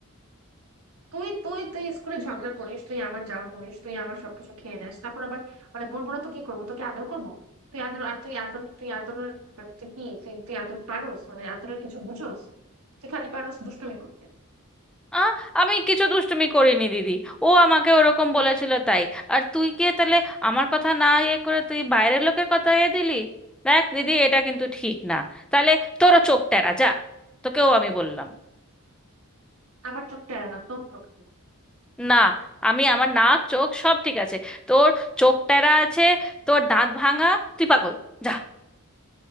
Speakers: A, on the right; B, in the centre.
A: তুই তুই তুই স্কুলে ঝগড়া করিস তুই আমার জামা করিস তুই আমার সবকিছু খেয়ে নেস তারপর আবার মানে বলবো না তো কি করবো তোকে আদর করবো তুই আদর আর তুই আদর তুই আদরের মানে তুই কি তুই তুই আদর পারোস মানে আদরের কিছু বুঝোস তুই খালি পারোস দুষ্টুমি করতে
B: আ আমি কিছু দুষ্টুমি করিনি দিদি ও আমাকে ওরকম বলেছিল তাই আর তুই গিয়ে তাহলে আমার কথা না ইয়ে করে তুই বাইরের লোকের কথা এ দিলি দেখ দিদি এটা কিন্তু ঠিক না তাহলে তোরও চোখ টেরা যা তোকেও আমি বললাম
A: আমার চোখ টেরা না তোর চোখ টেরা।
B: না আমি আমার নাক চোখ সব ঠিক আছে তোর চোখ টেরা আছে তোর দাঁত ভাঙা তুই পাগল যা